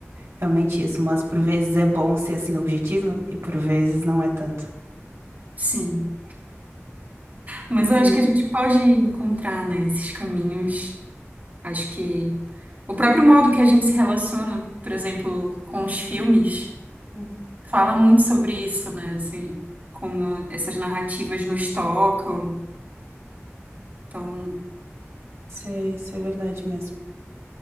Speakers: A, on the right (about 65°); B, on the right (about 35°).
A: realmente isso. Mas por vezes é bom ser assim objetivo e por vezes não é tanto.
B: Sim. Mas
A: Uhum.
B: eu acho que a gente pode encontrar, né, esses caminhos. Acho que o próprio modo que a gente se relaciona, por exemplo, com os filmes,
A: Uhum.
B: fala muito sobre isso, né? Assim, como essas narrativas nos tocam. Então,
A: Isso é, isso é verdade mesmo.